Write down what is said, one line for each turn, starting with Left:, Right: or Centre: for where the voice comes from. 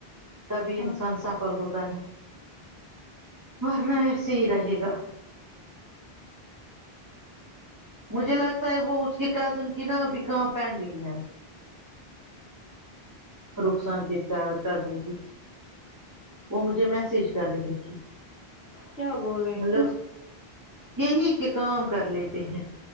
Right: تبھی انسان
Left: ہاں
Right: سفل ہوتا ہے ورنا ایسے ہی رہے گا مجھے لگتا ہے وہ اس کے کزن کی نا ابھی کام پینڈنگ ہے رخسان کس کا ہے کزن کی وہ مجھے میسج کر رہی تھی
Left: کیا بول رہی
Right: ملو
Left: تھی
Right: یہی کے کام کر لیتے ہیں